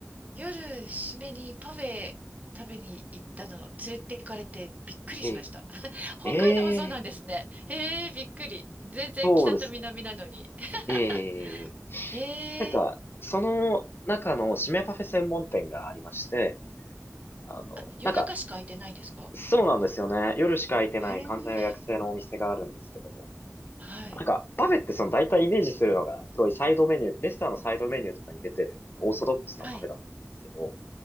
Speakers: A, on the right; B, on the left.
A: 夜、締めにパフェ食べに行ったの、連れて行かれてびっくりしました。
B: え
A: <laughs> 北海道もそうなんですね。
B: えええ
A: えー、びっくり。全然北と南なのに。
B: そうですね。ええ
A: <laughs> え
B: なんか、
A: ー、
B: その中の締めパフェ専門店がありまして、あの、
A: あ、夜中しか空いてないんですか
B: なんか、そうなんですよね。夜しか開いてない完全予約制のお店があるんですけど、
A: えー、はい。
B: なんか、パフェってその大体イメージするのが、すごいサイドメニュー、レストランのサイドメニューとかに出てるオーソドックスなパフェだと思うんですけど、
A: はい。